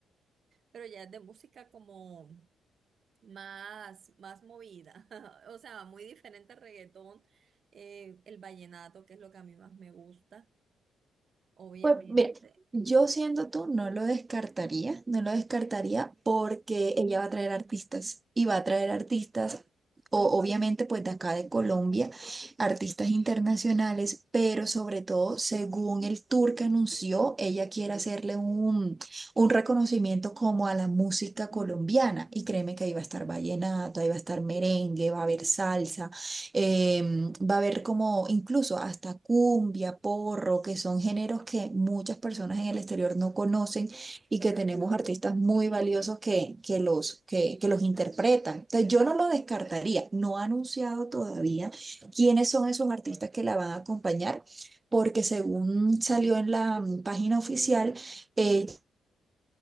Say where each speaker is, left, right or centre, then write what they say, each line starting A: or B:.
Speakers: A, on the right; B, on the right.
A: pero ya es de música como más, más movida, <laughs> o sea, muy diferente al reggaetón, eh, el vallenato, que es lo que a mí más me gusta, obviamente.
B: Pues mira, yo siendo tú no lo descartaría, no lo descartaría porque ella va a traer artistas y va a traer artistas, o, obviamente pues de acá de Colombia, artistas internacionales, pero sobre todo según el tour que anunció, ella quiere hacerle un, un reconocimiento como a la música colombiana y créeme que ahí va a estar vallenato, ahí va a estar merengue, va a haber salsa. Em, va a haber como incluso hasta cumbia, porro, que son géneros que muchas personas en el exterior no conocen y que tenemos artistas muy valiosos que, que los, que, que los interpretan. Entonces yo no lo descartaría, no ha anunciado todavía quiénes son esos artistas que la van a acompañar, porque según salió en la mm, página oficial, ella